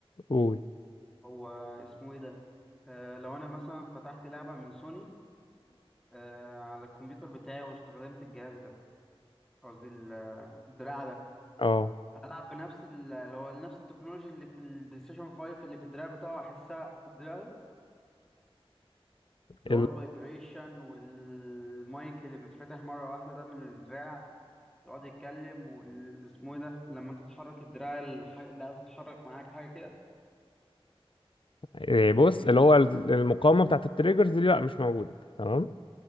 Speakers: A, on the left (about 60°); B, in the centre.
A: قول
B: هو اسمه ايه ده آه لو انا مثلا فتحت لعبة من سوني آه على الكمبيوتر بتاعي واستخدمت الجهاز ده قصدي ال- الدراع ده
A: اه
B: هلعب بنفس ال- اللي هو نفس التكنولوجيا اللي في البلاي ستيشن 5 اللي في الدراع بتاعه هحسها في الدراع ده اللي
A: ال...
B: هو الفايبريشن والمايك اللي بيتفتح مرة واحدة ده من الدراع يقعد يتكلم واسمه ايه ده لما انت تحرك الدراع الح- اللي تتحرك معاك حاجة كده
A: إيه، بص اللي هو ال- المقاومة بتاعت التريجرز دي لا مش موجودة تمام